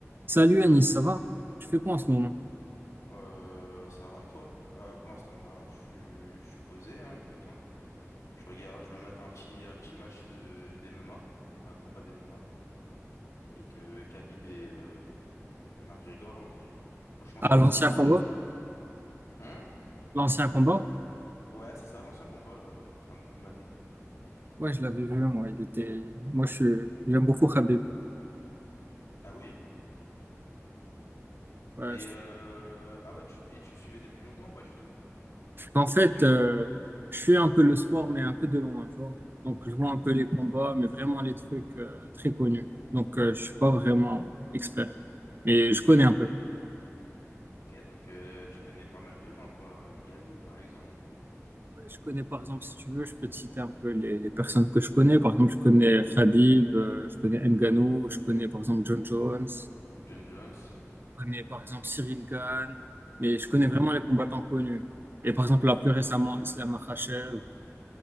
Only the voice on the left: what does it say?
Euh, ça va et toi? Euh, pour l'instant là, je suis, je suis posé, hein, écoute, hein. Je regarde, je me mate un petit, un petit match de d'MMA, un combat d'MMA, avec euh, Khabib et, euh, et McGregor là. Franchement,
je trouve
que c'est un peu serré
le match. Hein?
Ouais, c'est ça, l'ancien combat là, en train de me mater.
Ah oui.
Et
euh, ah ouais, tu, et tu le suivais depuis longtemps ou pas du tout?
Ok, donc euh, tu connais pas mal de gens quoi, Ngannou par exemple ou euh,
John Jones.